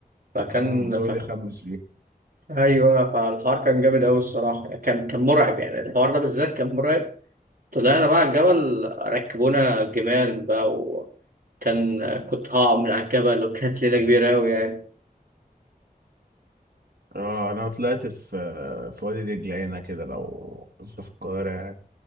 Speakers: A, on the right (about 65°); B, on the right (about 80°).
A: فكان
B: امم ويقعد
A: ف...
B: يخمس فيه
A: ايوه فالحوار كان جامد قوي الصراحه كان كان مرعب يعني الحوار ده بالذات كان مرعب طلعنا بقى على الجبل ركبونا جمال بقى وكان كنت هقع من على الجبل وكانت ليلة كبيرة أوي يعني
B: اه انا طلعت في في وادي دجله هنا كده لو انت في القاهره يعني